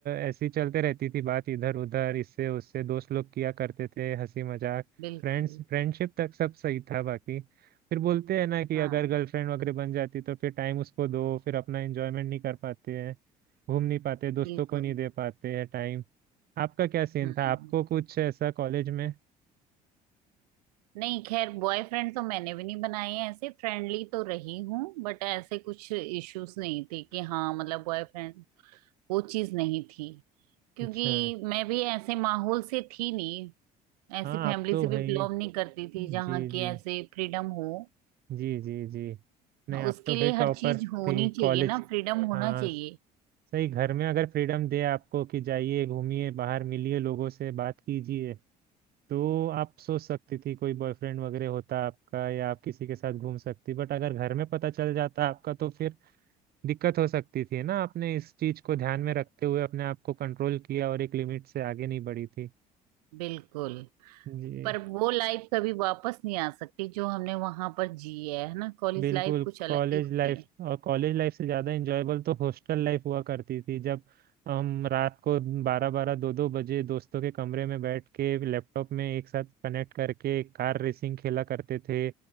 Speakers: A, on the right (about 50°); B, on the right (about 70°).
A: ऐसी चलते रहती थी बात इधर उधर इससे उससे दोस्त लोग किया करते थे हंसी मजाक
B: बिल्कुल
A: फ्रेंड्स फ्रेंडशिप तक सब सही था बाकी फिर बोलते हैं ना कि
B: हाँ
A: अगर गर्लफ्रेंड वगैरह बन जाती तो फिर टाइम उसको दो फिर अपना एंजॉयमेंट नहीं कर पाते हैं घूम नहीं पाते दोस्तों
B: बिल्कुल
A: को नहीं दे पाते हैं टाइम आपका क्या सीन
B: हम्म
A: था आपको कुछ ऐसा कॉलेज में
B: नहीं खैर बॉयफ्रेंड तो मैंने भी नहीं बनाए हैं ऐसे फ्रेंडली तो रही हूँ बट ऐसे कुछ इश्यूज नहीं थे कि हाँ मतलब बॉयफ्रेंड वो चीज नहीं थी क्योंकि
A: अच्छा
B: मैं भी ऐसे माहौल से थी नहीं ऐसी
A: हाँ
B: फैमिली
A: आप तो
B: से भी
A: भाई
B: बिलोंग नहीं करती थी जहाँ
A: जी
B: की
A: जी
B: ऐसे फ्रीडम हो
A: जी जी जी नहीं
B: हाँ,
A: आप
B: उसके
A: तो भाई
B: लिए
A: टॉपर
B: हर चीज होनी
A: थी
B: चाहिए
A: कॉलेज
B: ना फ्रीडम होना
A: हाँ
B: चाहिए
A: सही घर में अगर फ्रीडम दे आपको कि जाइए घूमिए बाहर मिलिए लोगों से बात कीजिए तो आप सोच सकती थी कोई बॉयफ्रेंड वगैरह होता आपका या आप किसी के साथ घूम सकती बट अगर घर में पता चल जाता आपका तो फिर दिक्कत हो सकती थी ना आपने इस चीज को ध्यान में रखते हुए अपने आप को कंट्रोल किया और एक लिमिट से आगे नहीं बढ़ी थी
B: बिल्कुल
A: जी
B: पर वो लाइफ कभी वापस नहीं आ सकती जो हमने वहां पर जी है है ना कॉलेज
A: बिल्कुल
B: लाइफ कुछ अलग
A: कॉलेज
B: ही होती
A: लाइफ
B: है
A: और कॉलेज लाइफ से ज़्यादा इंजॉयबल तो हॉस्टल लाइफ हुआ करती थी जब हम रात को बारह बारह दो दो बजे दोस्तों के कमरे में बैठ के लैपटॉप में एक साथ कनेक्ट करके कार रेसिंग खेला करते थे